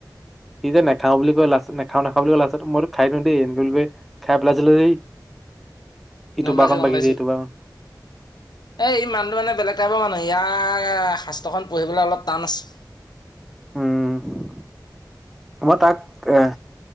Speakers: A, in the centre; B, on the left.
A: সি যে নেখাওঁ বুলি কয়, লাষ্টত নেখাওঁ নেখাওঁ বুলি কৈই লাষ্টত সকলো খাই দিওঁ দেই এই বুলি কৈ খাই পেলাইছিল যে। ইটো
B: গম পাইছো
A: বাকন
B: গম
A: বাগিছে
B: পাইছো
A: ইটো বাকন
B: এ ই মানুহটো মানে বেলেগ টাইপৰ মানুহ ইয়াৰ শাস্ত্ৰখন পঢ়িবলৈ অলপ টান আছে।
A: উম। ম তাক এহ।